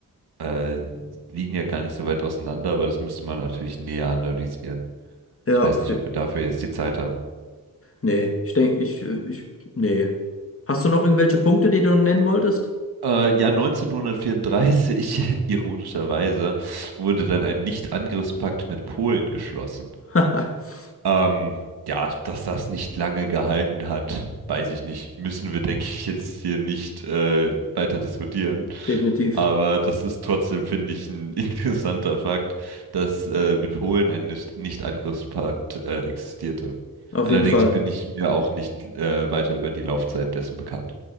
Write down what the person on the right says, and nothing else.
äh, liegen ja gar nicht so weit auseinander. Aber das müsste man natürlich näher analysieren.
Ich weiß
nicht,
ob wir dafür jetzt die Zeit haben.
Äh, ja, 1934, <laughs> ironischerweise, wurde dann ein Nicht-Angriffspakt mit Polen geschlossen.
Ähm, ja, dass das nicht lange gehalten hat, weiß ich nicht. Müssen wir, denke ich, jetzt hier nicht äh, weiter diskutieren.
Aber das ist trotzdem, finde ich, ein <laughs> interessanter Fakt, dass äh, mit Polen ein Nicht- Nicht-Angriffspakt äh, existierte.
Allerdings
bin ich mir auch nicht äh, weiter über die Laufzeit dessen bekannt.